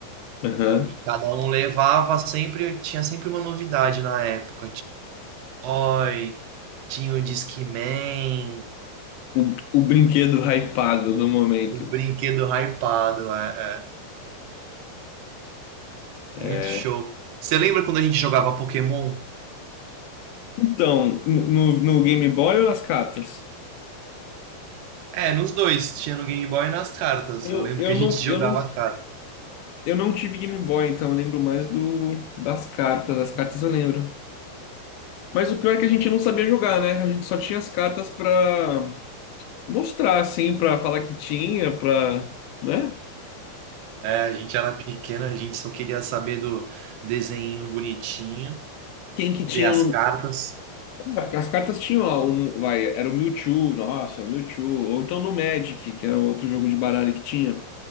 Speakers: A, on the left; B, on the right.
A: Aham.
B: E cada um levava sempre, tinha sempre uma novidade na época. Tinha o Toy, tinha o Discman,
A: O, o brinquedo hypado no momento.
B: o brinquedo hypado, é,
A: É.
B: é, muito show. Você lembra quando a gente jogava Pokémon?
A: Então, no, no no Game Boy ou nas cartas?
B: É, nos dois, tinha no Game Boy e nas cartas.
A: Eu,
B: Eu lembro
A: eu
B: que a
A: não,
B: gente jogava
A: eu não,
B: cartas.
A: eu não tive Game Boy, então eu lembro mais do, das cartas. As cartas eu lembro. Mas o pior é que a gente não sabia jogar, né? A gente só tinha as cartas pra mostrar assim pra falar que tinha, pra, né?
B: É, a gente era pequeno, a gente só queria saber do desenho bonitinho.
A: Quem que tinha
B: ter as
A: no
B: cartas.
A: lugar, porque as cartas tinham lá um, vai, era o Mewtwo, nossa, é o Mewtwo, ou então no Magic, que era outro jogo de baralho que tinha.